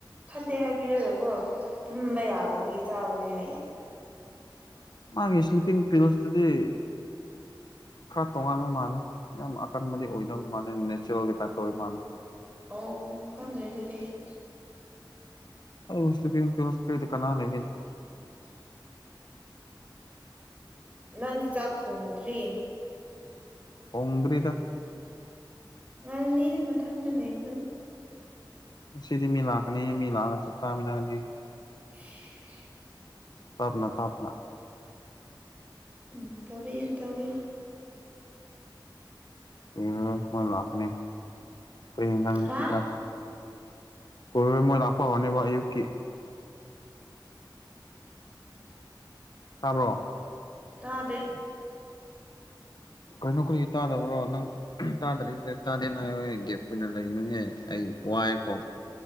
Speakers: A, on the right; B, on the left.
A: ꯐꯠꯇꯦ ꯍꯥꯏꯕꯤꯔꯒꯀꯣ ꯇꯨꯝꯕ ꯌꯥꯗꯕꯒꯤ ꯆꯥꯕꯅꯦ ꯍꯥꯏꯌꯦ
B: ꯃꯥꯒꯤ ꯏꯁ꯭ꯂꯤꯞꯄꯤꯡ ꯄꯤꯜꯁꯇꯨꯗꯤ ꯈꯔ ꯇꯣꯉꯥꯟꯕ ꯃꯥꯜꯂꯦ ꯌꯥꯝ ꯑꯀꯟꯕꯗꯤ ꯑꯣꯏꯗꯕ ꯃꯥꯜꯂꯦ ꯅꯦꯆꯔꯦꯜꯒꯤ ꯇꯥꯏꯞꯇ ꯑꯣꯏꯕ ꯃꯥꯜꯂꯦ
A: ꯑꯣ ꯈꯪꯗ꯭ꯔꯦ ꯑꯗꯨꯗꯤ ꯑꯩꯁꯨ
B: ꯑꯧ ꯏꯁꯂꯤꯄꯤꯡ ꯄꯤꯜꯁ ꯀꯔꯤ ꯗꯨꯀꯥꯟꯅ ꯂꯩꯒ‌ꯦ
A: ꯎ ꯅꯪꯗꯤ ꯆꯥꯛ ꯊꯣꯡꯗ꯭ꯔꯤ <inaudible>
B: ꯊꫭꯡꯗ꯭ꯔꯤꯗ
A: ꯉꯜꯂꯤꯗ ꯅꯥꯊꯟꯗ ꯂꯩꯕꯗꯨ
B: ꯉꯁꯤꯗꯤ ꯃꯤ ꯂꯥꯛꯀꯅꯤ ꯃꯤ ꯂꯥꯛꯑꯒ ꯆꯥꯛ ꯆꯥꯃꯤꯟꯅꯔꯅꯤ
A: ꯎꯝ
B: ꯇꯥꯞꯅ ꯇꯥꯞꯅ
A: ꯎꯝ ꯇꯧꯕꯤꯌꯨ ꯇꯕꯤ
B: ꯎꯝ ꯃꯣꯏ ꯂꯥꯛꯀꯅꯤ ꯀꯩ ꯌꯦꯟꯖꯥꯡ
A: ꯍꯥ
B: ꯄꯤꯖꯥ <inaudible> ꯀꯣ <unintelligible> ꯃꯣꯏ ꯂꯥꯛꯄ ꯍꯧꯔꯅꯤꯕ ꯑꯌꯨꯛꯀꯤ
A: <inaudible>
B: ꯇꯥꯕ꯭ꯔꯣ
A: ꯇꯥꯗꯦ
B: ꯀꯩꯅꯣ ꯀꯔꯤꯒꯤ ꯇꯥꯗꯕ꯭ꯔꯣ ꯅꯪ <unintelligible> ꯇꯥꯗꯔꯤꯗꯤ ꯇꯥꯗꯦꯅ ꯍꯥꯏꯌ‌ꯣꯍ‌ꯦ ꯒ‌ꯦꯞ ꯑꯣꯏꯅ ꯂꯩꯅꯤꯍꯦ ꯑꯩ ꯋꯥꯏꯀꯣ